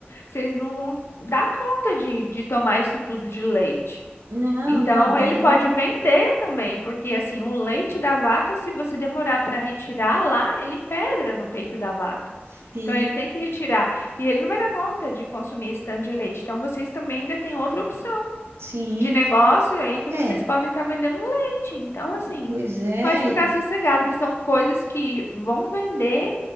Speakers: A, on the left (about 70°); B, on the right (about 75°).
A: vocês não vão dar conta de, de tomar isso tudo de leite.
B: Não,
A: Então,
B: não, daí.
A: ele pode vender também, porque assim, o leite da vaca, se você demorar para retirar lá, ele empedra no peito da vaca.
B: Sim,
A: Então, ele tem que retirar. E ele não vai dar conta de consumir esse tanto de leite. Então, vocês também ainda têm outra opção
B: sim.
A: de negócio aí que
B: É,
A: vocês podem estar vendendo leite. Então, assim,
B: pois é.
A: pode ficar
B: e-
A: sossegado, que são coisas que vão vender,